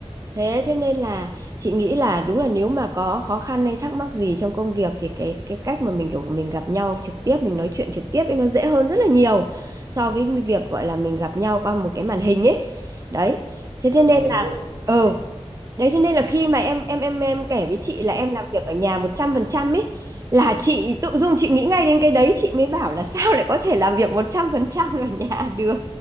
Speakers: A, on the right; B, on the right.
A: Thế thế nên là chị nghĩ là đúng là nếu mà có khó khăn hay thắc mắc gì trong công việc thì cái cái cách mà mình kiểu mình gặp nhau trực tiếp mình nói chuyện trực tiếp ấy nó dễ hơn rất là nhiều so với việc gọi là mình gặp nhau qua một cái màn hình ấy. Đấy. Thế thế
B: Dạ
A: nên
B: vâng,
A: là
B: đúng rồi. ạ. Chính
A: ừ,
B: xác.
A: đấy thế nên là khi mà em em em em kể với chị là em làm việc ở nhà 100% ấy là chị tự dưng chị nghĩ ngay đến cái đấy chị mới bảo là sao lại có thể làm việc 100% ở nhà <laughs> được.